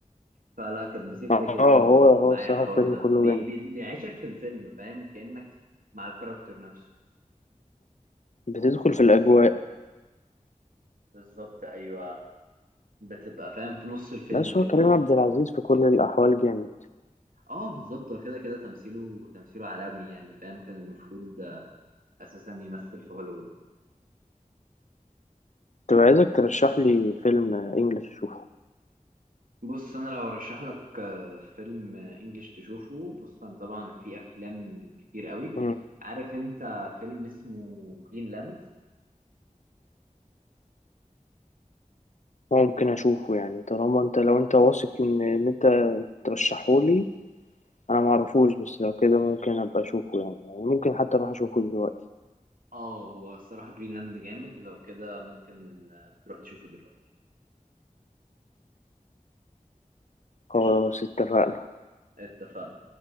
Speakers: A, on the right (about 85°); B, on the left (about 60°).
A: فلا كانت بتفرق
B: آه
A: جدا
B: هو هو
A: معايا
B: الصراحة
A: الحوار
B: الفيلم
A: ده
B: كله
A: بي...
B: جامد
A: بي... بيعيشك في الفيلم فاهم كأنك مع الكاركتر نفسه
B: بتدخل في الأجواء
A: بالظبط ايوه بتبقى فاهم في نص الفيلم
B: بس
A: كده
B: هو كريم
A: و...
B: عبد العزيز في كل الأحوال جامد
A: اه بالظبط هو كده كده تمثيله تمثيله عالمي يعني فاهم كان المفروض اساسا يمثل في هوليوود
B: كنت عايزك ترشح لي فيلم انجلش اشوفه
A: بص انا لو ارشح لك آه، فيلم آه، انجليش تشوفه بص انا طبعا في افلام كتير قوي
B: مم.
A: عارف انت فيلم اسمه جرينلاند
B: ممكن اشوفه يعني طالما انت لو انت واثق ان ان انت ترشحه لي انا معرفوش بس لو كده ممكن ابقى اشوفه يعني يعني ممكن حتى اروح اشوفه دلوقتي
A: اه هو الصراحة جرينلاند جامد لو كده ممكن آه، تروح تشوفه دلوقتي
B: خلاص
A: قشطة
B: اتفقنا
A: اتفقنا